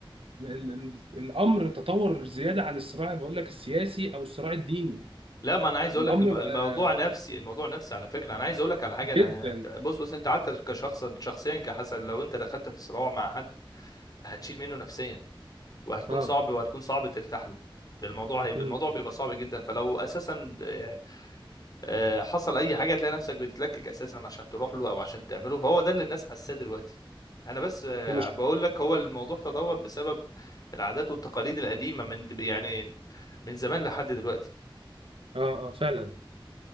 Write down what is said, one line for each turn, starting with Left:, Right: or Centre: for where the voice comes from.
Right: ال- ال- الامر تطور زياده عن الصراع بقول لك السياسي او الصراع الديني
Left: لا ما انا عايز اقول
Right: الامر
Left: لك الم... الموضوع
Right: بقى
Left: نفسي الموضوع نفسي على فكره انا عايز اقول لك على حاجه انا
Right: جدا
Left: انت بص بص انت حتى كشخص شخصيا كحسن لو انت دخلت في صراع مع حد هتشيل منه نفسيا وهتكون
Right: اه
Left: صعب وهتكون صعب ترتاح له ده الموضوع هيبقى
Right: امم
Left: الموضوع بيبقى صعب جدا فلو اساسا آه، آه، حصل اي حاجه هتلاقي نفسك بتتلكك اساسا عشان تروح له او عشان تعمله فهو ده اللي الناس حاساه دلوقتي انا بس آه،
Right: المش...
Left: بقول لك هو الموضوع تطور بسبب العادات والتقاليد القديمه من يعني من زمان لحد دلوقتي
Right: اه اه فعلا